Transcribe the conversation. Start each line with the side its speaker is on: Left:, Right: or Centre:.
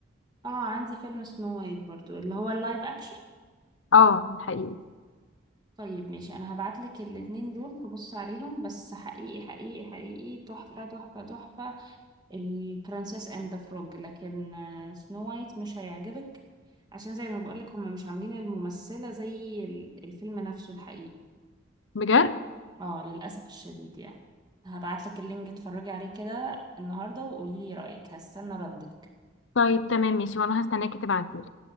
Right: اه عندي فيلم سنو وايت برضو اللي هو اللايف أكشن
Left: اه الحقيقي
Right: طيب ماشي أنا هبعتلك الاتنين دول تبصي عليهم بس حقيقي حقيقي حقيقي تحفة تحفة تحفة البرنسس اند ذا فروج لكن سنو وايت مش هيعجبك عشان زي ما بقولك هما مش عاملين الممثلة زي ال- الفيلم نفسه الحقيقي
Left: بجد
Right: اه للأسف الشديد يعني هبعتلك اللينك اتفرجي عليه كده النهاردة وقوليلي رأيك هستنى ردك
Left: طيب تمام ماشي وأنا هستناكي تبعتيلي